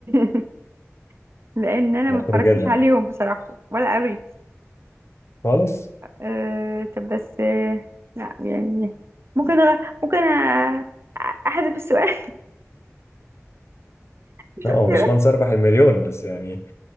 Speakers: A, on the right; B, on the left.
A: <laughs> لان انا
B: مشهور
A: ما اتفرجتش
B: جدا
A: عليهم بصراحة ولا قريت
B: خالص
A: أه طب بس أه لا يعني ممكن أغ... ممكن أ- احذف السؤال <laughs>
B: لا هو مش منصب ربح المليون بس يعني